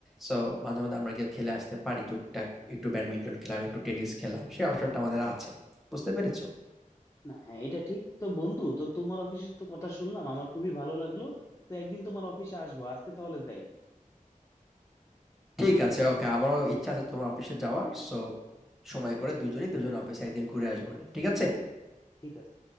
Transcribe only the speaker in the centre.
সো মাঝে মধ্যে আমরা গিয়ে খেলে আসতে পারি টুকটাক একটু ব্যাডমিন্টন খেলাম একটু টেনিস খেলাম সেই অপশনটা আমাদের আছে বুঝতে পেরেছো
ঠিক আছে ওকে আমারও ইচ্ছা আছে তোমার অফিসে যাওয়ার সো সময় করে দুজনেই দুজন অফিসে একদিন ঘুরে আসবো নি ঠিক আছে